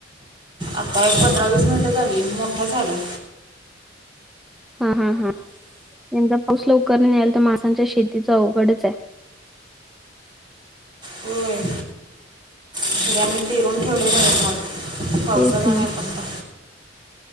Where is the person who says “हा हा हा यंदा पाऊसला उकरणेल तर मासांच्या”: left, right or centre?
Centre